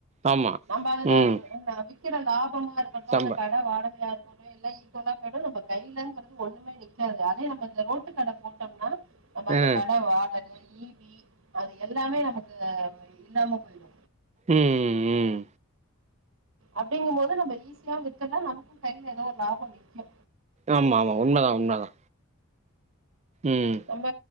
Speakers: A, on the right; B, on the right.
A: ஆமா
B: நம்ம அதுல
A: ம்
B: விக்கிற லாபமா இருக்கட்டு
A: சம்ப
B: அந்த கடே வாடகையா இருக்க எல்ல ஈ கொலா கடை நம்ம கையிலங்கிறது ஒண்ணுமே நிக்காது அதே நம்ம இந்த ரோட்டு கடே போட்டோம்னா நம்ம அந்த
A: ஆ
B: கடே வாடகே ஈபி அது எல்லாமே நமக்கு இல்லாம போயிடு
A: உம் உம்
B: அப்டிங்கும்போது நம்ம ஈஸியா வித்திர்லா நமக்கு கைல எதோ ஒரு லாபோ நிக்கு
A: ஆமா ஆமா உண்மதா உண்மதா ம்
B: நம்ப